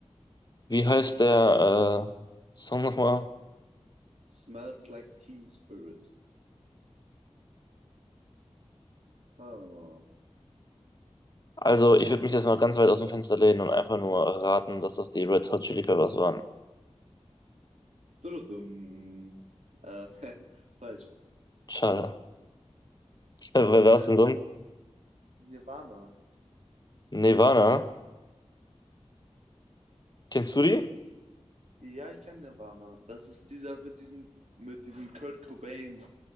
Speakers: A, on the left (about 40°); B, on the right (about 85°).
A: Wie heißt der äh, Song nochmal?
B: Smells Like Teen Spirit. Ah.
A: Also, ich würde mich jetzt mal ganz weit aus dem Fenster lehnen und einfach nur raten, dass das die Red Hot Chili Peppers waren.
B: Dududum. Äh, <laughs> falsch.
A: Schade. <laughs> Wer war
B: Ähm,
A: es denn sonst?
B: Nirvana.
A: Nirvana? Kennst du die?
B: Ja, ich kenne Nirvana. Das ist dieser mit diesem, mit diesem Kurt Cobain